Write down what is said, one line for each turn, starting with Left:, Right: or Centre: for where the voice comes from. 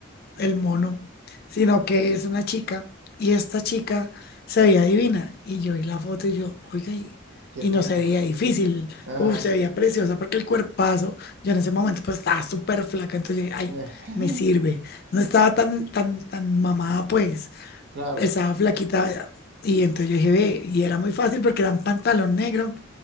Left: el mono, sino que es una chica y esta chica se veía divina y yo vi la foto y yo, oiga, y,
Right: Quiero,
Left: y no
Right: uf,
Left: se veía difícil,
Right: ajá.
Left: uf, se veía preciosa porque el cuerpazo, yo en ese momento pues estaba súper flaca, entonces yo dije, ay,
Right: Eh,
Left: me sirve,
Right: <laughs>
Left: no estaba tan, tan, tan mamada pues,
Right: Claro,
Left: estaba flaquita y entonces yo dije, ve, y era muy fácil porque era un pantalón negro